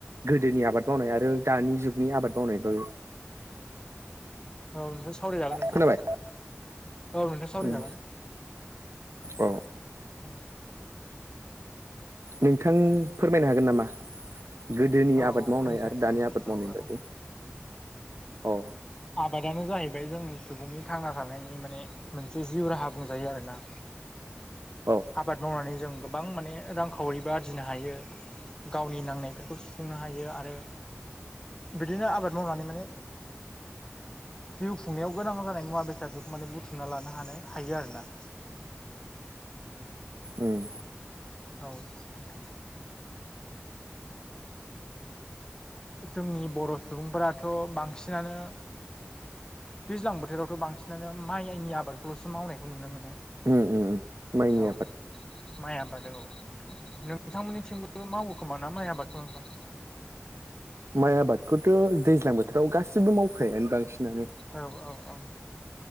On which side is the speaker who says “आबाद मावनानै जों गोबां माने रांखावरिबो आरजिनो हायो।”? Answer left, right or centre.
Left